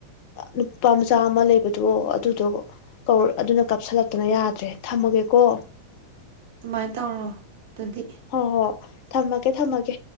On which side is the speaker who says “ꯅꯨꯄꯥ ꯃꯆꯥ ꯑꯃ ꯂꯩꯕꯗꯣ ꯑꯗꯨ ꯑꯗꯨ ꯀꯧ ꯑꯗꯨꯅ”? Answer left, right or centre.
Left